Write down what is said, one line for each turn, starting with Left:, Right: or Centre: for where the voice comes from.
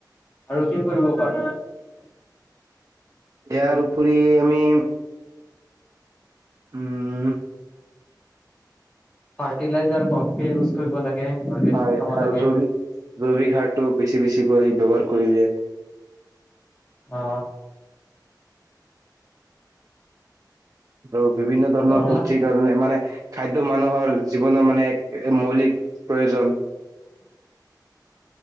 Left: আৰু কি কৰিব পাৰো
Right: ইয়াৰ উপৰি আমি উম
Left: ফাৰ্টিলাইজাৰ কমকে ইউজ কৰিব লাগে অৰ্গেনিক
Right: হয়
Left: খাব
Right: আৰু
Left: লাগে
Right: জৈৱিক জৈৱিক সাৰ টো বেছি বেছি কৰি ব্যৱহাৰ কৰিলে
Left: অ
Right: ৰ <inaudible> বিভিন্ন ধৰণৰ
Left: গৰমত
Right: পুষ্টিৰ কাৰণে মানে খাদ্য মানুহৰ জীৱনৰ মানে এক মৌলিক প্ৰয়োজন <inaudible>